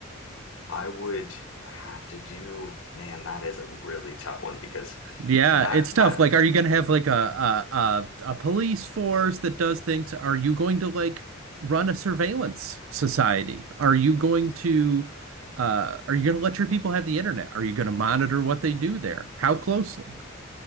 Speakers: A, on the left; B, on the right.
A: I would have to do, man, that is a really tough one because
B: Yeah,
A: that
B: it's tough.
A: that
B: Like, are you gonna have like a a a, a police force that does things? Are you going to like run a surveillance society? Are you going to uh are you gonna let your people have the internet? Are you gonna monitor what they do there? How closely?